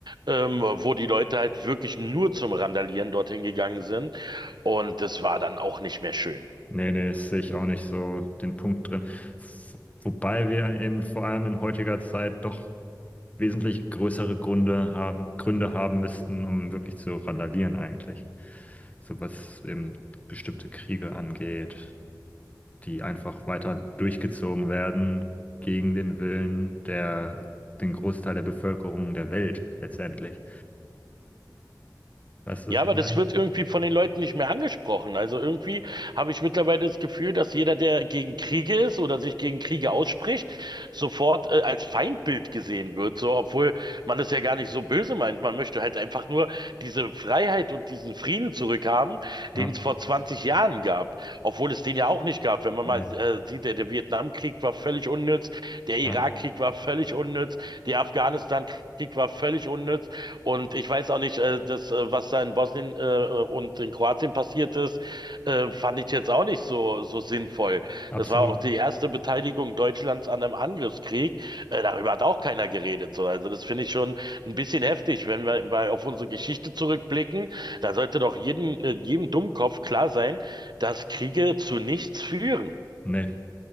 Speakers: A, on the right; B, on the left.
A: ähm, wo die Leute halt wirklich nur zum Randalieren dorthin gegangen sind. Und das war dann auch nicht mehr schön.
B: Nee, nee, das sehe ich auch nicht so den Punkt drin. F- Wobei wir eben vor allem in heutiger Zeit doch wesentlich größere Gründe haben, Gründe haben müssten, um wirklich zu randalieren eigentlich. So was eben bestimmte Kriege angeht, die einfach weiter durchgezogen werden gegen den Willen der, den Großteil der Bevölkerung der Welt letztendlich. Weißt du,
A: Ja,
B: was ich
A: aber
B: meine?
A: das wird irgendwie von den Leuten nicht mehr angesprochen. Also irgendwie habe ich mittlerweile das Gefühl, dass jeder, der gegen Kriege ist oder sich gegen Kriege ausspricht, sofort äh, als Feindbild gesehen wird. So, obwohl man es ja gar nicht so böse meint. Man möchte halt einfach nur diese Freiheit und diesen Frieden zurückhaben,
B: Ja,
A: den es vor 20 Jahren gab. Obwohl es den ja auch nicht gab. Wenn man
B: nee,
A: mal äh, sieht, der, der Vietnamkrieg war völlig unnütz. Der Irakkrieg
B: ja,
A: war völlig unnütz, die Afghanistan-Krieg war völlig unnütz und ich weiß auch nicht, äh, das, äh, was da in Bosnien äh, und in Kroatien passiert ist, äh, fand ich jetzt auch nicht so, so sinnvoll.
B: absolut.
A: Das war auch die erste Beteiligung Deutschlands an einem Angriffskrieg. Äh, darüber hat auch keiner geredet. So. Also das finde ich schon ein bisschen heftig, wenn wir mal auf unsere Geschichte zurückblicken. Da sollte doch jedem, äh, jedem Dummkopf klar sein, dass Kriege zu nichts führen.
B: Nee.